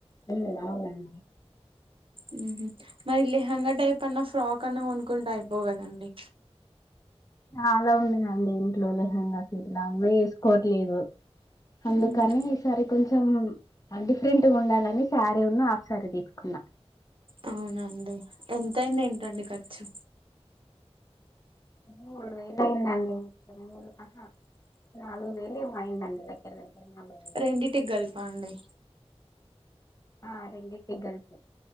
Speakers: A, on the left; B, on the right.
A: ఇలా లావుగండి.
B: ఉమ్ మరి లేహంగ టైప్ అన్న, ఫ్రాక్ అన్నా కొనుకుంటే, అయిపోగదండి.
A: చాలా ఉన్నాయండి ఇంట్లో లెహంగా సీట్లా అవిే వేసుకోవట్లేదు, అందుకని
B: మ్మ్
A: ఈసారి కొంచెం అ డిఫరెంట్గా ఉండాలని, శారీ ఉన్న హాఫ్ సారీ, తీసుకున్నా.
B: అవునండి, ఎంతయింది ఏంటండి ఖర్చు.
A: మూడువేలు అయిందండి, మొత్తం, మూడు అ హ, నాలుగు వేలు ఏమో అయిందండి, దగ్గర దగ్గర. నాలుగు వేలు
B: రెండింటికి గలిపా అండి.
A: ఆ రెడిటికి గలీపు.